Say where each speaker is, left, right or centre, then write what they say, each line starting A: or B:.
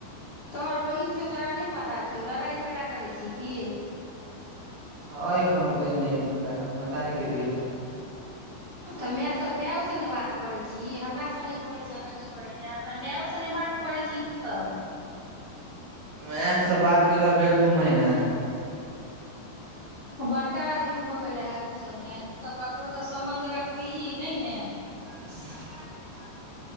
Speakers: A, on the left; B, on the right.
A: तोहर बहीन छौ तोरा नहि पता छौ लड़ाइ झगड़ा करै छी की
B: हँ एखन ओते नहि पता एखन पता नहि केलियै
A: तऽ मेएसँ मेएओ सँ नहि बात करैत छी हमरासँ नहि करैत छे तऽ नहि करैत छे अपना मेएओसँ नहि बात करैत छी तूसभ
B: मेएसँ बात केला भेल दू महीना
A: बड़का आदमी भऽ गेलै हे तूसभ ने तूसभ ककरोसँ सम्बन्ध रखबिही नहि ने
B: <unintelligible>